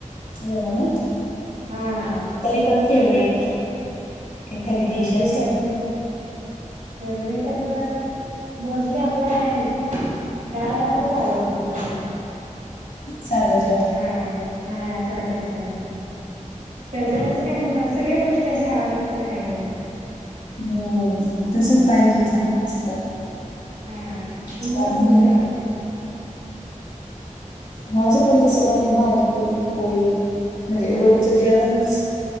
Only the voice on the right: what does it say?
हा
फेवरेट
असं फेवरेट असं मोस्टली आपलं आहे. डाळ भातच आवडत मला.
हा हा साधाच जेवण. फेवरेट आस काही नाही ना बाकी सगळ्या गोष्टी अशे आवडतात खायला मला.
हम्म
हा.
तुम्हाला
कोणते आवडते?